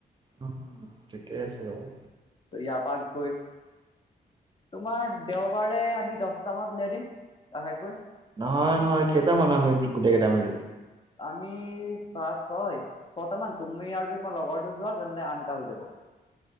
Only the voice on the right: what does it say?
উম, ঠিকে আছে নহলে।
নহয়- নহয়, কেইটা মানু্হ আমি গোটেই কেইটা মিলি?